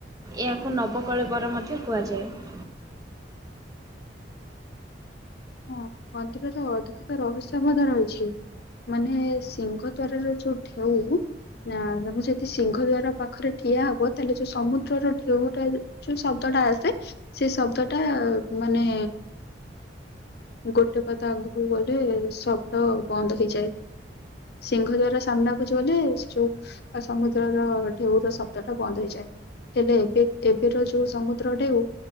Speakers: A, on the right (about 20°); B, on the left (about 60°).
A: ଏହକୁ ନବକଳେବର ବର ମଧ୍ୟ କୁହାଯାଏ <unintelligible>
B: ହଁ, ମନ୍ଦିରରେ ଅଧିକତା ରହସ୍ୟ ମଧ୍ୟ ରହିଛି। ମାନେ ସିଂହ ଦ୍ୱାର ର ଯୋଉ ଢେଉ ନା ତମେ ଯଦି ସିଂହ ଦ୍ଵାର ପାଖରେ ଠିଆ ହବ ତାହେଲେ ଯୋଉ ସମୁଦ୍ରର ଢେଉଟା ଯୋଉ ଶବ୍ଦ ଟା ଆସେ ସେ ଶବ୍ଦ ଟା ମାନେ ଗୋଟେ ପାଦ ଆଗକୁ ଗଲେ ଶବ୍ଦ ବନ୍ଦ ହେଇଯାଏ। ସିଂହ ଦ୍ଵାରା ସାମ୍ନାକୁ <unintelligible> ତ ସମୁଦ୍ରର ଢେଉର ଶବ୍ଦ ଟା ବନ୍ଦ ହେଇଯାଏ। ହେଲେ ଏବେ ଏବେର ଯୋଉ ସମୁଦ୍ର ଢେଉ